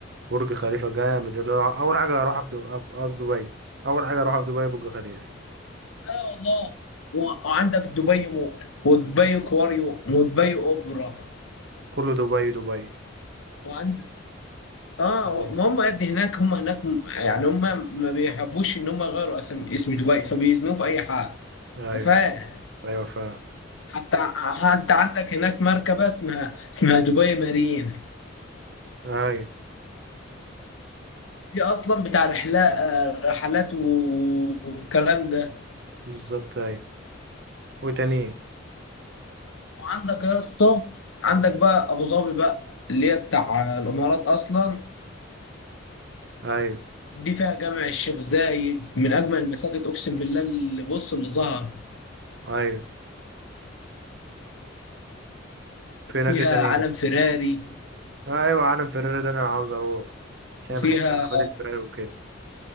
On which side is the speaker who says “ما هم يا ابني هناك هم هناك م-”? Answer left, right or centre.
Left